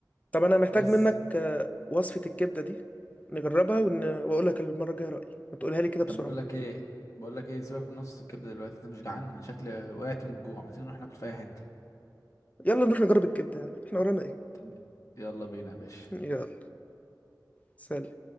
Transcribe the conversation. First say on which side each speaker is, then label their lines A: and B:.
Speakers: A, on the left (about 20°); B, on the left (about 45°).
A: طب انا محتاج
B: بس
A: منك آه، وصفة الكبدة دي نجربها ون... واقول لك المرة الجاية رأيي ما تقولها لي كده بسرعة
B: طب بقول لك ايه بقول لك ايه سيبك من نص الكبده دلوقتي انت مش جعان أنا شكلي وقعت من الجوع ما تيجي نروح ناكل في اي حته
A: يلا نروح نجرب الكبدة يعني احنا ورانا ايه
B: طب يلا بينا يا باشا
A: <laughs> يلا سلام